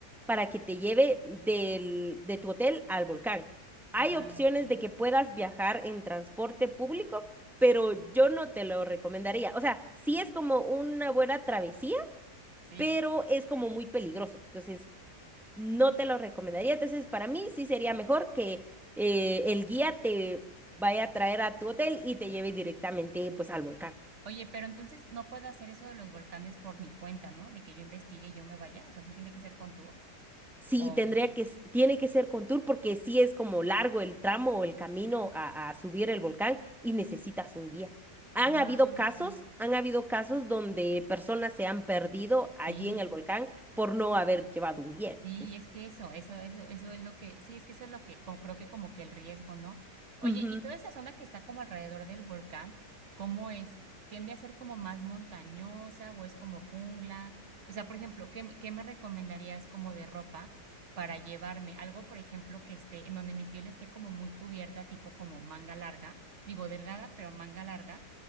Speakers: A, in the centre; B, on the right.
A: para que te lleve del, de tu hotel al volcán. Hay
B: Ah,
A: opciones
B: ok.
A: de que puedas viajar en transporte público, pero yo no te lo recomendaría. O sea, sí es como una buena travesía,
B: Sí.
A: pero es como muy peligroso. Entonces, no te lo recomendaría. Entonces, para mí sí sería mejor que eh, el guía te vaya a traer a tu hotel y te lleve directamente pues al volcán.
B: Oye, pero entonces no puedo hacer eso de los volcanes por mi cuenta, ¿no? De que yo investigue y yo me vaya. O sea, sí tiene que ser con tour.
A: Sí,
B: O.
A: tendría que, s- tiene que ser con tour porque sí es como largo el tramo o el camino a, a subir el volcán y necesitas un guía. Han
B: Ah,
A: habido casos,
B: ok.
A: han habido casos donde personas se han perdido allí
B: Sí.
A: en el volcán por no haber llevado un guía. Entonces,
B: Sí, es que eso, eso, eso, eso es lo que, sí, es que eso es lo que co- creo que como que el riesgo, ¿no? Oye,
A: ujú.
B: y toda esa zona que está como alrededor del volcán, ¿cómo es? ¿Tiende a ser como más montañosa o es como jungla? O sea, por ejemplo, ¿qué, me- qué me recomendarías como de ropa para llevarme? Algo, por ejemplo, que esté, en donde mi piel esté como muy cubierta, tipo como manga larga, digo delgada, pero manga larga